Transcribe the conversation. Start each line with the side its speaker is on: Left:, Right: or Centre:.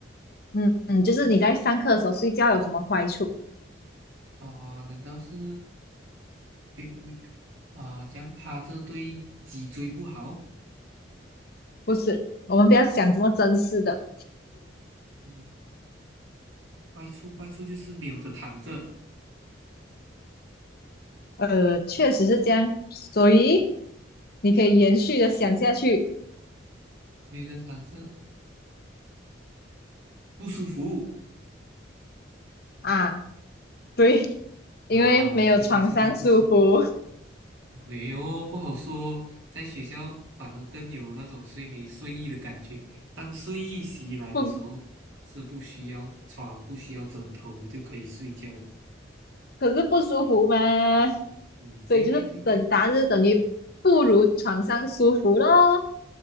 Left: 嗯嗯，就是你在上课的时候睡觉有什么坏处？
Right: 啊、难道是别啊、这样趴着对脊椎不好？
Left: 不是，我们不要想这么真实的，
Right: 嗯，坏处坏处就是没有的躺着，
Left: 呃，确实是这样，所以你可以延续的想下去
Right: 没有的躺着不舒服
Left: 啊，对，因为没有床上舒服，
Right: 啊，这坏处就是不舒服。没有，不好说。在学校反而更有那种睡眠睡意的感觉。当睡意袭来的时候，
Left: 不
Right: 是不需要床、不需要枕头就可以睡觉的。
Left: 可是不舒服嘛，
Right: 嗯，对对对对，
Left: 所以就是等答案就是等于不如床上舒服咯。